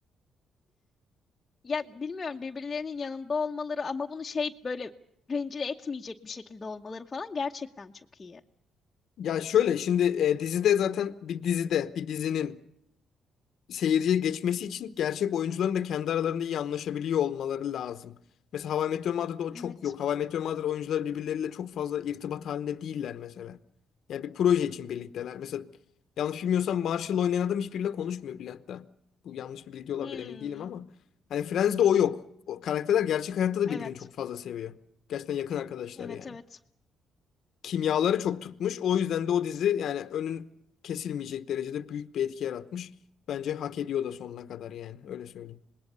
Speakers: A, on the left; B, on the left.
A: Ya bilmiyorum birbirlerinin yanında olmaları ama bunu şey böyle rencide etmeyecek bir şekilde olmaları falan gerçekten çok iyi.
B: Ya şöyle şimdi e, dizide zaten bir dizide bir dizinin seyirciye geçmesi için gerçek oyuncuların da kendi aralarında iyi anlaşabiliyor olmaları lazım. Mesela How I Met Your Mother'da o
A: Evet.
B: çok yok. How I Met Your Mother oyuncuları birbirleriyle çok fazla irtibat halinde değiller mesela. Yani bir proje için birlikteler. Mesela yanlış bilmiyorsam Marshall oynayan adam hiçbiriyle konuşmuyor bile hatta. Bu yanlış bir bilgi olabilir
A: Hmm.
B: emin değilim ama. Hani Friends'de o yok. O karakterler gerçek hayatta da
A: Evet.
B: birbirini çok fazla seviyor. Gerçekten yakın arkadaşlar
A: Evet
B: yani
A: evet.
B: kimyaları çok tutmuş. O yüzden de o dizi yani önün kesilmeyecek derecede büyük bir etki yaratmış. Bence hak ediyor da sonuna kadar yani öyle söyleyeyim.